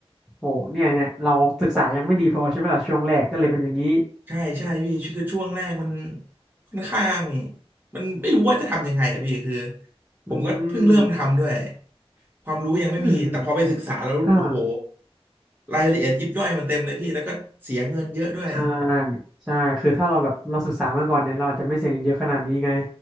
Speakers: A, in the centre; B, on the right.
A: โหเนี่ยเนี่ยเราศึกษายังไม่ดีพอใช่ไหมล่ะช่วงแรกก็เลยเป็นอย่างนี้
B: ใช่ใช่พี่คือช่วงแรกมันค่อนข้างมันไม่รู้ว่าจะทำยังไงอะพี่คือผมก็เพิ่งเริ่มทำด้วย
A: อืม
B: ความรู้ยังไม่มีแต่พอไปศึกษาแล้วโอ้โห
A: อืมอืมถ้า
B: รายละเอียดยิบย่อยมันเต็มเลยพี่แล้วก็เสียเงินเยอะด้วย
A: ใช่ใช่คือถ้าเราแบบเราศึกษามาก่อนเนี่ยเราอาจจะไม่เสียเงินเยอะขนาดนี้ไง